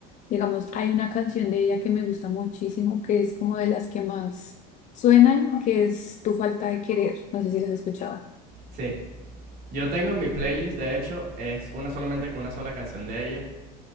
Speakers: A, on the left (about 35°); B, on the right (about 45°).
A: Digamos, hay una canción de ella que me gusta muchísimo, que es como de las que más suenan, que es Tu falta de querer. No sé si la has escuchado.
B: Sí. Yo tengo en mi playlist, de hecho, es una solamente una sola canción de ella,